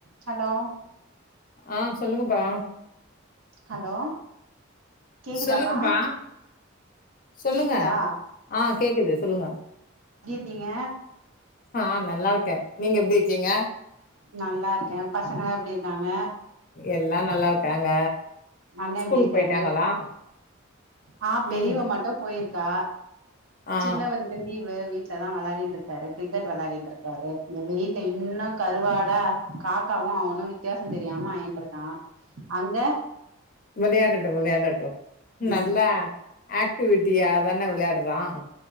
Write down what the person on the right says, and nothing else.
Hello
hello கேக்குதாப்பா
கேக்குதா
ருக்கீங்க
நல்லா இருக்கேன் பசங்கலாம் எப்படி இருக்காங்க
அண்ணன்
எப்படி இருக்காரு
ஆஹ் பெரியவ
மட்டும் போயிருக் கா
சின்னவருக்கு லீவு வீட்டு தான் விளையாடின்னு இருக்காரு கிரிக்கெட் விளையான்னு இருக்காரு இந்த வெயில்ல இன்னும் கருவாடா காக்காவும் அவனும் வித்தியாசம் தெரியாம ஆயின்றுக் ன் அங்க
ம்